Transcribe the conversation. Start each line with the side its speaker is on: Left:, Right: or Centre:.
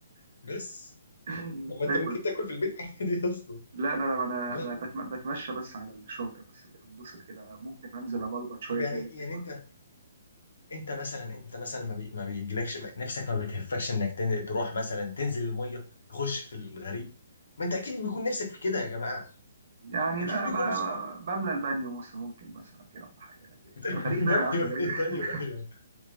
Left: بس
Right: <laughs>
Left: طب طب ما
Right: باكل
Left: انت ممكن تاكل في البيت <laughs> عادي اصلا
Right: لا انا انا
Left: لا
Right: أنا بت- بتمشى بس على الشاطئ بس كده انبسط كده ممكن انزل ابلبط شويه
Left: طب يعني
Right: كده
Left: يعني
Right: لكن ما-
Left: انت انت مثلا انت مثلا ما, بي... ما بيجيلكش نفسك ما بتهفكش انك تن... تروح مثلا تنزل المايه تخش في الغريق ما انت اكيد بيكون نفسك في كده يا جماعه
Right: يعني
Left: اكيد
Right: لا
Left: بيكون
Right: ب- ب-
Left: نفسكم
Right: بملى البانيو مثلا ممكن مثلا كده ولا حاجه لكن
Left: <laughs>
Right: الغريق لا
Left: دانيو
Right: يا عم غريق
Left: ايه
Right: <laughs>
Left: دانيو ايه